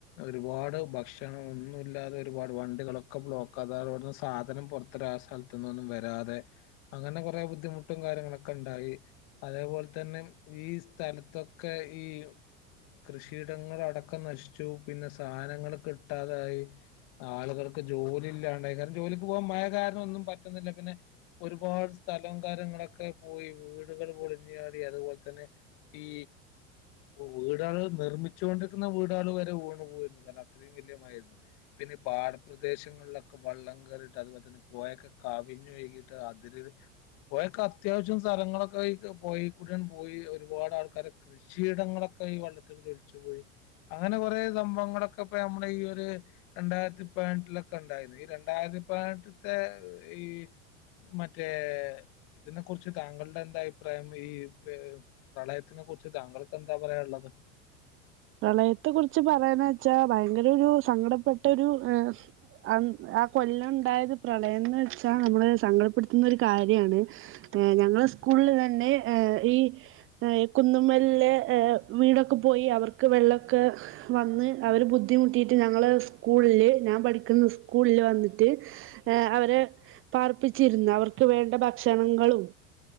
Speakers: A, on the left; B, on the right.
A: ഒരുപാട് ഭക്ഷണ ഒന്നുമില്ലാതെ ഒരുപാട് വണ്ടികളൊക്കെ ബ്ലോക്കത അവിടുന്ന് സാധനം പുറത്തൊരു ആ സ്ഥലത്തന്നൊന്നും വരാ വരാതെ അങ്ങനെ കുറെ ബുദ്ധിമുട്ടും കാര്യങ്ങളൊക്കെ ഉണ്ടായി അതേപോലെ തന്നെ ഈ സ്ഥലത്തൊക്കെ ഈ കൃഷിയിടങ്ങള അടക്കം നശിച്ചു പിന്നെ സാധനങ്ങൾ കിട്ടാതൊയി ആളുകൾക്ക് ജോലി ഇല്ലാണ്ടായി കാരണം ജോലിക്ക് പോകൻ മഴ കാരണം ഒന്നും പറ്റുന്നില്ല പിന്നെ ഒരുപാട് സ്ഥലം കാര്ങ്ങളൊക്കെ പോയി വീടുകൾ പൊളിഞ്ഞാടി അതുപോലെ തന്നെ ഈ വീടാൾ നിർമ്മിച്ചുക കൊണ്ടിരിക്കുന്ന വീടാൾ വരെ ഊണ് പോയിരുന്നു കാരണം അത്രയും വല്യമായിരുന്നു പിന്നെ ഈ പാടപ്രദേശങ്ങളിലൊക്കെ വള്ളം കയറിട്ട് അതുപോലെ തന്നെ പോയൊക്കെ കവിഞ്ഞുഴു കി ട്ട് അതി പോയൊക്കെ അത്യാവശ്യം സ്ഥലങ്ങളൊക്കെ പോയിക്കൂടിയൻ പോയി ഒരുപാട് ആൾക്കാര കൃഷിയിടങ്ങളൊക്കെ ഈ വള്ളത്തില കൂടി ഒലിച്ചു പോയി അങ്ങനെ കൊറെ സംഭവങ്ങളൊക്കെ ഇപ്പ നമ്മുടെ ഈ ഒരു രണ്ടായിരത്തി പതിനെട്ടിലൊക്കെ ഉണ്ടായിരുന്നു ഈ രണ്ടായിരത്തി പതിനെട്ടത്തെ ഈ മറ്റേ ഇതിനെ കുറിച്ച് താങ്കളുടെ എന്താ അഭിപ്രായം ഈ പ പ്രളയത്തിനെ കുറിച്ച് താങ്കൾക്ക് എന്താ പറയാനുള്ളത്
B: പ്രളയത്തെ കുറിച്ച് പറയാന വെച്ചാ ഭയങ്കര ഒരു സങ്കടപ്പെട്ട ഒരു ഹ അ ആ കൊല്ലം ഉണ്ടായത് പ്രളയംന്ന് വെച്ചാൽ നമ്മളെ സങ്കടപ്പെടുത്തുന്ന ഒരു കാര്യമാണ് ഞങ്ങളുടെ സ്കൂളിൽ തന്നെ ഈ കുന്നുമലിലെ വീടൊക്കെ പോയി അവർക്ക് ക്ക്‌ വെള്ളമൊക്കെ വന്ന് അവർ ബുദ്ധിമുട്ടിയിട്ട് ഞങ്ങള് സ്കൂളിൽ ഞാൻ പഠിക്കുന്ന സ്കൂളിൽ വന്നിട്ട് അവരെ പാർപ്പിച്ചിന്ന് അവർക്ക് വേണ്ട ഭക്ഷണങ്ങളും